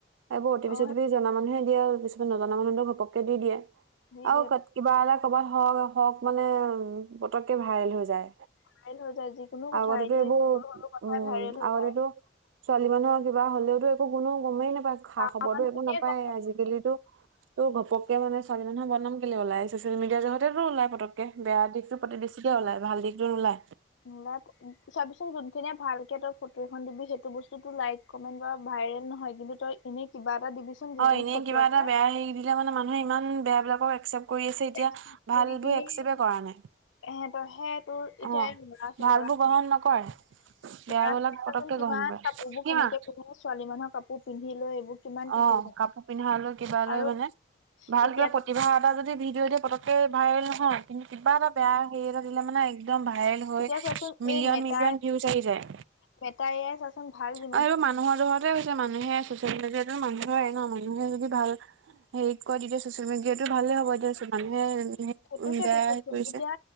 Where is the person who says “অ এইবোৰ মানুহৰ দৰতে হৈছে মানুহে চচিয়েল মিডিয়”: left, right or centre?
Right